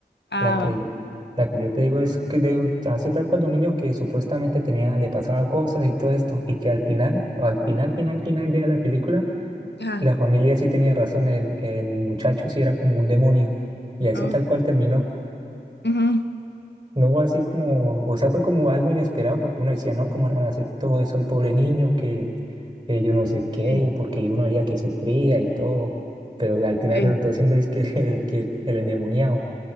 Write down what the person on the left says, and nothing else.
Ah,
va.
Ajá.
oh,
ujú.
Sí,
sí,